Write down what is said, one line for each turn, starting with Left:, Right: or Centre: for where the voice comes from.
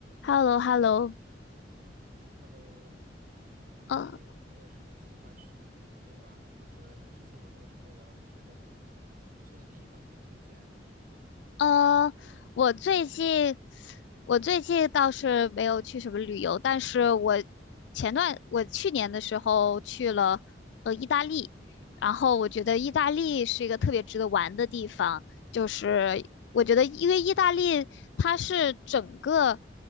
Left: h e l l o h e l l o
Right: Hello，哎你最近有没有什么计划去旅游啊？
Left: 呃
Right: 或者你之前有没有什么玩儿的觉得很不错的地方可以推荐？
Left: 呃，我最近我最近倒是没有去什么旅游，但是我前段我去年的时候去了呃意大利，然后我觉得意大利是一个特别值得玩的地方，就是我觉得，因为意大利它是整个